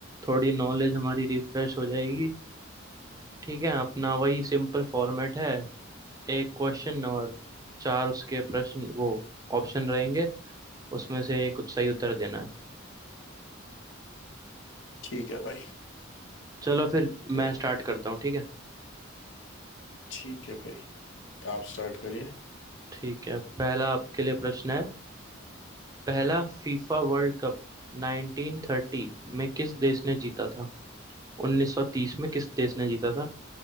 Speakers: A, on the right; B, on the left.
A: थोड़ी नॉलेज हमारी रिफ्रेश हो जाएगी ठीक है अपना वही सिंपल फॉर्मेट है एक क्वेश्चन और चार उसके प्रश्न वो ऑप्शन रहेंगे उसमें से एक सही उत्तर देना है
B: ठीक है भाई
A: चलो फिर
B: तो
A: मैं स्टार्ट करता हूँ ठीक है
B: ठीक है भाई आप स्टार्ट करिए
A: ठीक है पहला आपके लिए प्रश्न है पहला फीफा वर्ल्ड कप 1930 में किस देश ने जीता था 1930 में किस देश ने जीता था